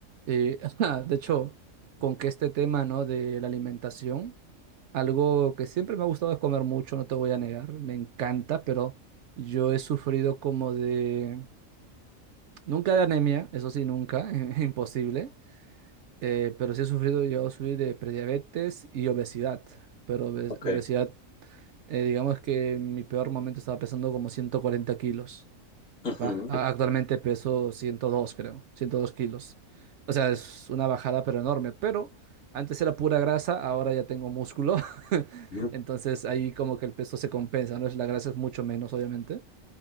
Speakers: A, on the right; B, on the left.
A: Eh, <laughs> de hecho, con que este tema, ¿no? de la alimentación, algo que siempre me ha gustado es comer mucho, no te voy a negar, me encanta, pero yo he sufrido como de, nunca de anemia, eso sí, nunca, <laughs> imposible, eh, pero sí he sufrido, yo sufrí de prediabetes y obesidad, pero obes-
B: Ok.
A: obesidad, eh, digamos que en mi peor momento estaba pesando como 140 kilos.
B: Ujú.
A: Va, a- actualmente peso 102, creo, 102 kilos. O sea, es una bajada, pero enorme. Pero antes era pura grasa, ahora ya tengo músculo. <laughs>
B: Ujú.
A: Entonces ahí como que el peso se compensa, ¿no? Es- La grasa es mucho menos, obviamente.